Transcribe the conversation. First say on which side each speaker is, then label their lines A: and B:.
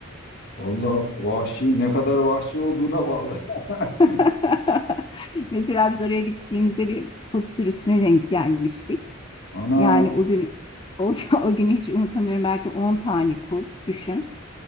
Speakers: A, on the left; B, on the left.
A: Vallahi vahşi ne kadar vahşi olduğuna bağlı. <laughs>
B: <laughs> Mesela biz oraya gittiğimizde bir kurt sürüsüne denk gelmiştik.
A: Ana
B: Yani o günü o, <laughs> o günü hiç unutamıyorum. Belki 10 tane kurt düşün.